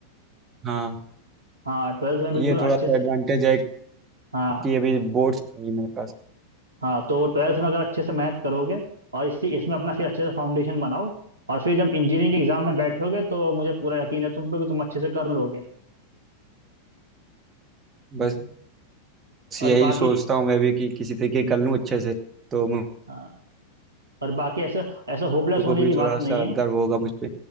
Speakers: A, on the right; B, on the right.
A: हाँ
B: हाँ ट्वेल्थ में बिल्कुल
A: ये थोड़ा
B: अच्छे
A: सा
B: से
A: एडवांटेज है
B: हाँ
A: कि अभी बोर्ड्स नहीं है मेरे पास
B: हाँ तो ट्वेल्थ में अगर अच्छे से मेहनत करोगे और इसी इसमें अपना फिर अच्छे से फाउंडेशन बनाओ और फिर जब इंजीनियरिंग के एग्जाम में बैठोगे तो मुझे पूरा यकीन है तुम पे कि तुम अच्छे से कर लोगे
A: बस
B: हम्म, और
A: यही
B: बाकी
A: सोचता
B: हम्म,
A: हूँ मैं भी कि किसी तरीके
B: हम्म,
A: कर लूँ अच्छे से तो मुझे
B: हाँ और बाकी ऐसे ऐसे होपलेस
A: को
B: होने
A: भी
B: की
A: थोड़ा
B: बात नहीं
A: सा
B: है
A: गर्व होगा मुझ पे